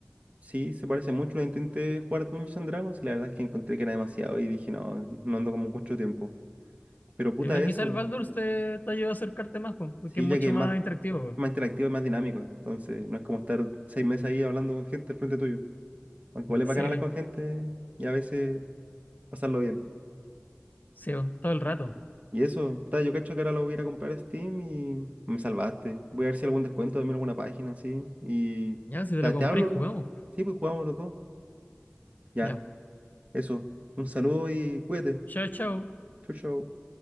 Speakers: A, on the right (about 35°); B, on the left (about 45°).
A: sí, se parece mucho. lo Intenté jugar Dungeons and Dragons y la verdad es que encontré que era demasiado y dije, no, no ando como mucho tiempo. Pero puta
B: Y bueno,
A: eso,
B: quizá el Baldur's te, te ayuda a acercarte más, po, porque
A: sí,
B: es mucho
A: ya que es
B: más
A: más,
B: interactivo.
A: más interactivo y más dinámico, entonces no es como estar seis meses ahí hablando con gente al frente tuyo. Aunque
B: po.
A: igual es
B: Sí,
A: bacán hablar con gente y a veces pasarlo bien.
B: sí, po, todo el rato.
A: Y eso, puta, yo cacho que ahora lo voy a ir a comprar a Steam y me salvaste. Voy a ver si hay algún descuento, también alguna página, sí. Y
B: Ya, si te
A: ta-
B: lo compré,
A: te, hablo.
B: jugamos. po.
A: Sí, pues jugamos los dos. Ya,
B: Ya.
A: eso. Un saludo y cuídate.
B: Chao, chao.
A: Chau, chau.